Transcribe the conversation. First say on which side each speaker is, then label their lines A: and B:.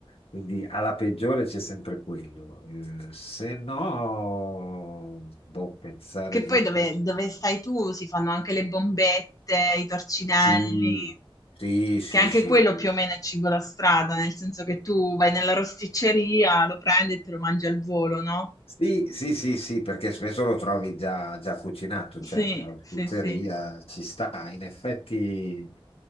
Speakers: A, on the left (about 85°); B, on the left (about 35°).
A: Quindi alla peggiore c'è sempre quello. Eh, se no, boh, pensare
B: Che
A: di
B: poi dove
A: cucina.
B: dove stai tu si fanno anche le bombette, i torcinelli,
A: Sì, sì, sì,
B: che anche
A: sì,
B: quello
A: sì.
B: più o meno è cibo da strada, nel senso che tu vai nella rosticceria, lo prendi e te lo mangi al volo, no?
A: Sì, sì, sì, sì, perché spesso lo trovi già, già cucinato, certo,
B: Sì,
A: la
B: sì,
A: pizzeria
B: sì.
A: ci sta, in effetti